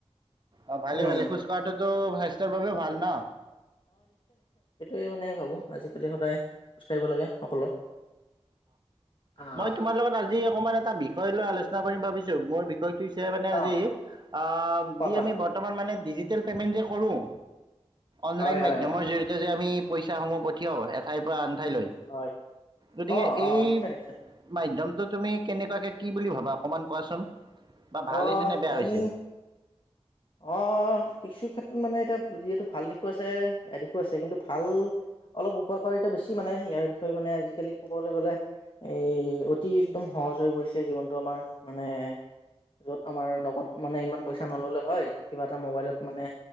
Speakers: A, on the right; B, on the left.
A: অ ভালে
B: উম
A: ভালে খোজ কঢ়াটো টো স্বাস্থ্যৰ বাবে ভাল ন।
B: এই মানে ভাবো আজিকালি সদায় খোজ কাঢ়িব লাগে সকলোৱে। আহ
A: মই তোমাৰ লগত আজি অকমান এটা বিষয় লৈ আলোচ। চনা কৰিম ভাবিছো মোৰ বি। ষয়টো হৈছে মানে আজি
B: অ
A: আহ
B: কোৱা
A: যি
B: কোৱা
A: আমি বৰ্তমান মানে ডিজি। তেল পে'মেণ্ট যে কৰোঁ। অনলাইন
B: হয়
A: মাধ্যমৰ
B: হয় হয় হয়
A: জৰিয়তে যে আমি। পইচাসমূহ পঠিয়াও এঠাইৰ পৰা আন। ঠাই লৈ
B: হয়
A: গতিকে
B: অ অ
A: এই।
B: নিশ্চয় নিশ্চয়
A: মাধ্যম। ত তুমি কেনেকুৱাকে কি বুলি ভাবা অকণমান কোৱাচোন? বা ভাল
B: অহ,
A: হৈছে নে বেয়া
B: আই
A: হৈছে
B: মিন, অহ অহ অহ কিছু- ক্ষেত্ৰত মানে এতিয়া বুজি, যিহেতু ভাল দিশো আছে, বেয়া দিশো আছে। কিন্তু ভাল, অলপ উপকাৰ এতিয়া বেছি মানে ইয়াৰ বিষয়ে মানে আজিকালি ক'বলৈ গ'লে, এই, অতি একদম সহজ হৈ গৈছে জীৱনটো আমাৰ। মানে- য'ত আমাৰ নগদ মানে ইমান পইচা নল'লেও হয়। কিবা এটা মোবাইলত মানে